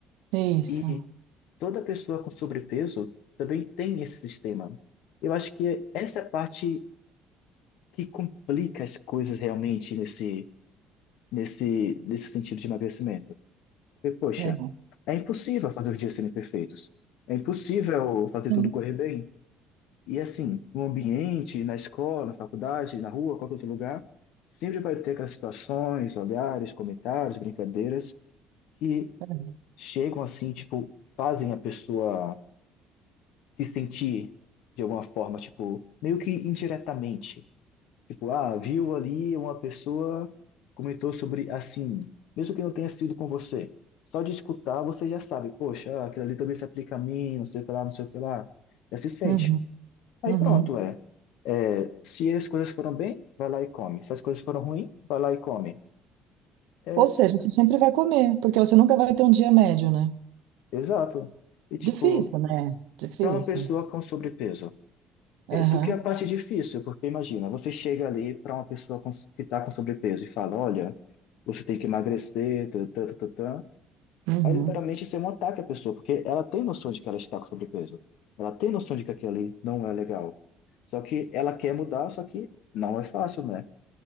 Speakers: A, on the right; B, on the left.
A: isso.
B: E toda pessoa com sobrepeso também tem esse sistema. Eu acho que essa é a parte que complica as coisas realmente nesse nesse nesse sentido de emagrecimento. Porque, poxa,
A: É. É.
B: é impossível fazer os dias serem perfeitos. É impossível fazer
A: Sim.
B: tudo correr bem. E assim, no ambiente, na escola, na faculdade, na rua, qualquer outro lugar, sempre vai ter aquelas situações, olhares, comentários, brincadeiras que
A: É.
B: chegam assim, tipo, fazem a pessoa se sentir de alguma forma, tipo, meio que indiretamente. Tipo, ah, viu ali uma pessoa comentou sobre assim, mesmo que não tenha sido com você. Só de escutar você já sabe, poxa, aquilo ali também se aplica a mim, não sei o que lá, não sei o que lá. Já se sente.
A: Uhum,
B: Aí
A: uhum.
B: pronto, é. É, se as coisas foram bem, vai lá e come. Se as coisas foram ruim, vai lá e come. É,
A: Ou seja, você sempre vai comer, porque você nunca vai ter um dia médio, né?
B: exato. E tipo,
A: Difícil, né? Difícil.
B: para uma pessoa com sobrepeso,
A: Aham,
B: isso que é a parte difícil, porque imagina, você chega ali para uma pessoa com- que está com sobrepeso e fala, olha, você tem que emagrecer, tã, tã, tã, tã, tã.
A: uhum,
B: Aí literalmente isso é um ataque à pessoa, porque ela tem noção de que ela está com sobrepeso. Ela tem noção de que aquilo ali não é legal. Só que ela quer mudar, só que não é fácil, né?